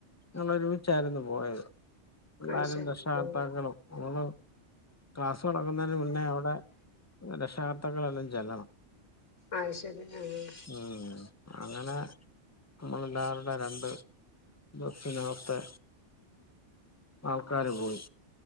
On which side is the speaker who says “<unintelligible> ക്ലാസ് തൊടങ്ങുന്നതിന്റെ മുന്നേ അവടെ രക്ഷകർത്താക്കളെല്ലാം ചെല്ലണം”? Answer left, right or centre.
Left